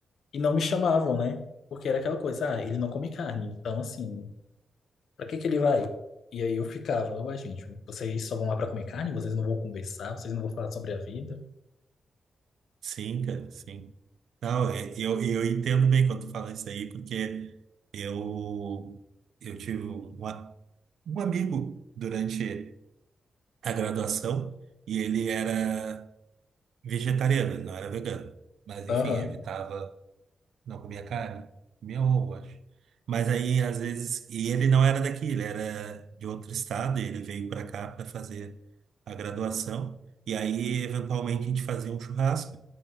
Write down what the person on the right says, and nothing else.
Sim, cara, sim. Não, é- eu, eu entendo bem quando tu fala isso aí, porque eu, eu tive uma- um amigo durante a graduação e ele era vegetariano, ele não era vegano. Mas,
enfim, evitava Não comia carne? Comia ovo, acho. Mas aí, às vezes. E ele não era daqui, ele era de outro estado, e ele veio pra cá pra fazer a graduação. E aí, eventualmente, a gente fazia um churrasco.